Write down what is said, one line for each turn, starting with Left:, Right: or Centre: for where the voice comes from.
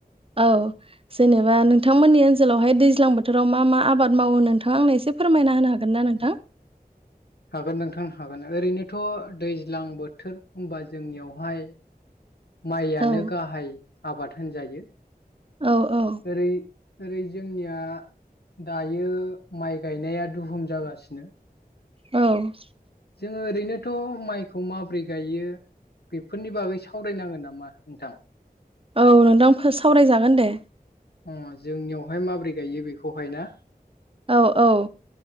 Right: औ जेनेबा नोंथांमोननि ओनसोलावहाय दैज्लां बोथोराव मा मा आबाद मावो नोंथाङा आंनो एसे फोरमायना होनो हागोन ना नोंथां?
Left: हागोन नोंथांनो हागोन। ओरैनोथ' दैज्लां बोथोर होनबा जोंनियावहाय
Right: <inaudible>
Left: माइआनो
Right: औ
Left: गाहाय आबाद होनजायो।
Right: औ औ
Left: ओरै ओरै जोंनिया दायो माइ गायनाया दुहुम जागासिनो।
Right: औ
Left: जोङो ओरैनो थ' माइखौ माब्रै गायो बेफोरनि बागै सावरायनाङो नामा नोंथां?
Right: औ नोंथां सावरायजागोन दे।
Left: अ जोंनियावहाय माबोरै गायो बेखौहाय ना?
Right: औ औ